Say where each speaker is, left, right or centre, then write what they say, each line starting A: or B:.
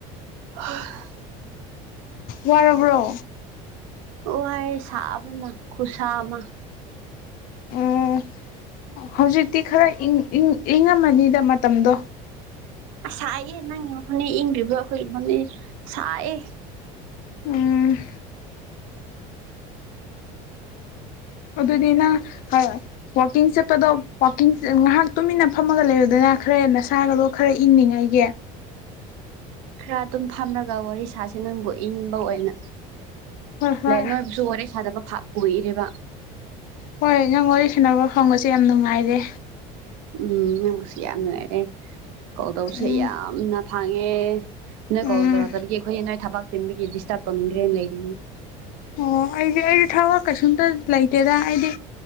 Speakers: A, on the right; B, on the left.
A: <unintelligible>
B: ꯋꯥꯔꯕ꯭ꯔꯣ
A: ꯋꯥꯔꯦ ꯁꯥꯕꯅ ꯈꯨꯁꯥ ꯑꯃ
B: ꯑꯣ ꯍꯧꯖꯤꯛꯇꯤ ꯈꯔ ꯏꯪ ꯏꯪ ꯏꯪꯉꯝꯃꯅꯤꯗ ꯃꯇꯝꯗꯣ
A: ꯑꯁ ꯁꯥꯏꯌꯦ ꯅꯪꯒꯤ ꯃꯐꯝꯗꯤ ꯏꯪꯗ꯭ꯔꯤꯕ꯭ꯔꯣ ꯑꯩꯈꯣꯏꯒꯤ ꯃꯐꯝꯅꯤ ꯁꯥꯏꯌꯦ
B: ꯎꯝ ꯑꯗꯨꯗꯤꯅ ꯅꯪ ꯋꯥꯛꯀꯤꯡ ꯆꯠꯄꯗꯣ ꯋꯥꯋꯥꯛꯀꯤꯡ ꯉꯥꯍꯥꯛ ꯇꯨꯃꯤꯟꯅ ꯐꯝꯃꯒ ꯂꯩꯑꯣꯗꯅ ꯈꯔ ꯅꯁꯥꯒꯗꯣ ꯈꯔ ꯏꯪꯅꯤꯡꯉꯥꯏꯒꯤ
A: ꯈꯔ ꯑꯗꯨꯝ ꯐꯝꯃꯒ ꯋꯥꯔꯤ ꯁꯥꯥꯁꯦ ꯅꯪꯕꯨ ꯏꯪꯕ ꯑꯣꯏꯅ
B: ꯍꯣꯏ ꯍꯣꯏ
A: ꯅꯣꯏꯕꯨꯁꯨ ꯋꯥꯔꯤ ꯁꯥꯗꯕ ꯐ ꯀꯨꯏꯔꯦꯕ
B: ꯍꯣꯏ ꯅꯪ ꯋꯥꯔꯤ ꯁꯥꯟꯅꯕ ꯐꯪꯕꯁꯦ ꯌꯥꯝ ꯅꯨꯡꯉꯥꯏꯔꯦ
A: ꯎꯝ ꯅꯪꯕꯨꯁꯨ ꯌꯥꯝ ꯅꯨꯡꯉꯥꯏꯔꯦ ꯀ‌ꯣꯜ ꯇꯧꯕꯁꯨ
B: ꯎꯝ
A: ꯌꯥꯝꯅ ꯐꯪꯉꯦ ꯅꯣꯏ
B: ꯎꯝ
A: ꯀ‌ꯣꯜ‌ ꯇꯧꯔꯛꯇꯕꯒꯤ ꯑꯩꯈꯣꯏꯗꯤ ꯅꯣꯏ ꯊꯕꯛ ꯆꯤꯟꯕꯒꯤ ꯗꯤꯁꯇꯔꯕ ꯇꯧꯅꯤꯡꯗ꯭ꯔꯦꯅ ꯂꯩꯔꯤꯅ‌ꯦ
B: ꯑꯣ ꯑꯩꯗꯤ ꯑꯩꯗꯤ ꯊꯕꯛ ꯀꯩꯁꯨꯝꯇ ꯂꯩꯇꯦꯗ ꯑꯩꯗꯤ